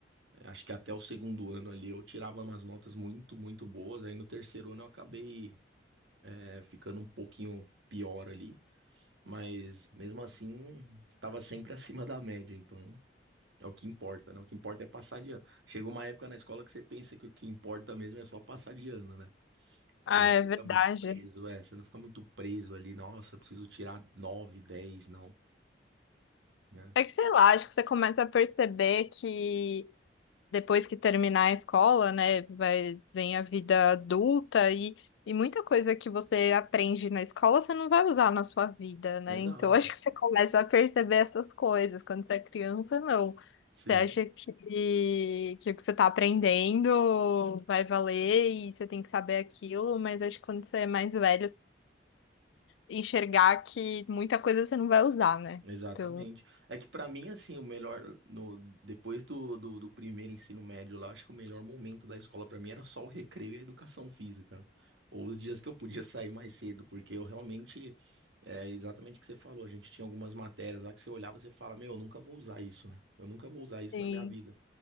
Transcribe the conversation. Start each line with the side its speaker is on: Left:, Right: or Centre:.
Right: eh, acho que até o segundo ano ali eu tirava umas notas muito, muito boas. Aí no terceiro ano eu acabei, eh, ficando um pouquinho pior ali, mas mesmo assim, tava sempre <laughs> acima da média, então é o que importa, né? O que importa é passar de ano. Chegou uma época na escola que você pensa que o que importa mesmo é só passar de ano, né? Você
Left: Ah,
Right: não
Left: é
Right: fica
Left: verdade.
Right: muito preso, é, você não fica muito preso ali, nossa, eu preciso tirar nove, dez, não, né?
Left: É que sei lá, acho que você começa a perceber que depois que terminar a escola, né, vai, vem a vida adulta e, e muita coisa que você aprende na escola você não vai usar na sua vida, né?
Right: Exato.
Left: Então <laughs> acho que você começa a perceber essas coisas quando você é criança, não.
Right: Sim,
Left: Você acha que, que o que você está aprendendo vai valer e você tem que saber aquilo, mas acho que quando você é mais velho, enxergar que muita coisa você não vai usar, né?
Right: exatamente.
Left: Então,
Right: É que pra mim, assim, o melhor, no, depois do, do, do primeiro ensino médio lá, acho que o melhor momento da escola pra mim era só o recreio e a educação física, né? Ou os dias que eu podia sair mais cedo, porque eu realmente, é exatamente o que você falou, a gente tinha algumas matérias lá que você olhava e você fala, meu, eu nunca vou usar isso, né? Eu nunca vou usar isso
Left: sim,
Right: na minha vida.